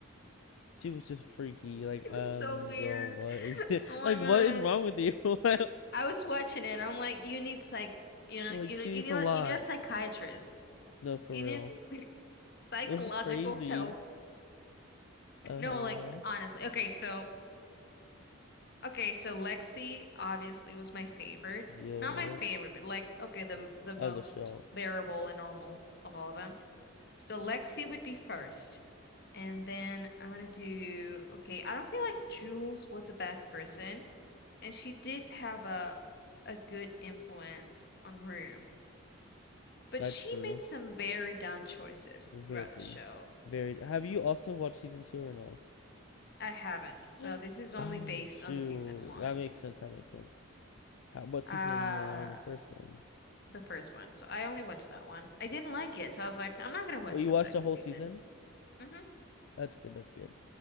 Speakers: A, on the left; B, on the left.
A: She was just freaky. Like,
B: It
A: um,
B: was so weird.
A: girl, what are you <laughs> doing?
B: Oh my
A: like
B: God.
A: what is wrong with you? <laughs>
B: I was watching it. I'm like, you need psych, you know,
A: Like
B: you
A: she
B: know, you
A: eats
B: need,
A: a
B: a-
A: lot.
B: you need a psychiatrist.
A: No, for
B: You
A: real.
B: need <laughs> psychological
A: It was crazy.
B: help.
A: Uh-huh.
B: No, like honestly. Okay, so. Okay, so Lexi obviously was my favorite.
A: Yeah.
B: Not my favorite, but like okay, the the most
A: Other show.
B: bearable and normal of all of them. So Lexi would be first. And then I'm gonna do okay, I don't feel like Jules was a bad person, and she did have a a good influence on Rue. But
A: That's
B: she
A: true.
B: made some very dumb choices
A: Very,
B: throughout the show.
A: very. Have you also watched season two or no?
B: I haven't. So
A: <gasps>
B: this is only
A: Oh
B: based
A: shoot,
B: on season one.
A: that makes sense. That makes sense. How, what season
B: Uh
A: are you on? On the first one?
B: the first one. So I only watched that one. I didn't like it, so I was like, I'm not gonna watch
A: Well, you
B: the
A: watched
B: second
A: the whole
B: season.
A: season?
B: hmm
A: That's good. That's good.